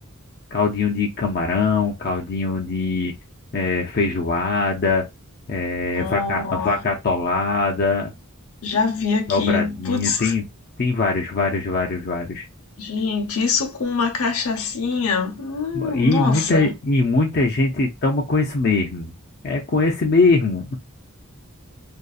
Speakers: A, on the left; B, on the left.
A: Caldinho de camarão, caldinho de eh, feijoada, eh,
B: Ó,
A: vaca, vaca atolada,
B: já vi aqui.
A: dobradinha,
B: Putz,
A: tem, tem vários, vários, vários, vários.
B: gente, isso com uma cachaçinha. Hum,
A: E
B: nossa.
A: muita, e muita gente toma com isso mesmo. É com esse mesmo.